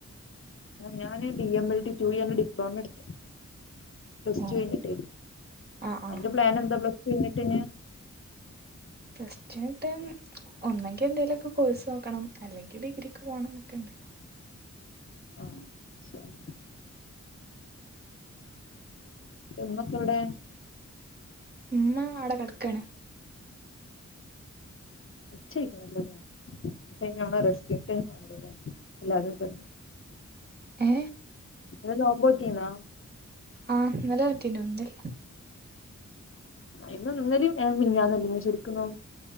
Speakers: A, on the left; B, on the right.
A: ഞാാന് ഡി എം ബൽ ടിി ു ന്റെ ഡിപ്ലോമ എടുത്തു പ്ലസ്
B: ഓഹ്
A: ടു കഴിഞ്ഞിട്ടേ
B: ആഹ്
A: അതിന്റെ
B: ആഹ്
A: പ്ലൻ എന്താ പ്ലസ് പിന്നിട്ടിന്
B: പസ്റ്റ ആട്ട് ഒന്നെങ്കി എന്തേലുമൊക്കെ കോഴ്സ് നോക്കണം അല്ലെങ്കിൽ ഡിഗ്രിക്ക് പോണം എന്നൊക്കെ ഉണ്ട
A: ആ അ ശരി നമ്മക്ക എവിടെ
B: അമ്മ അടെ കടക്കയാണ്
A: ഉക്ക നല്ലത് നമ്മ രസ് നല്ലത് എല്ലാതും ക
B: ഏ
A: എത് ഒമ്പോട്ടനാ
B: ആഹ് നല്ല പറ്റന ഒന്നില്ല
A: ഇന്ന ഇന്നേരും മഞ്ഞന്ന ശെരിക്കും നോോ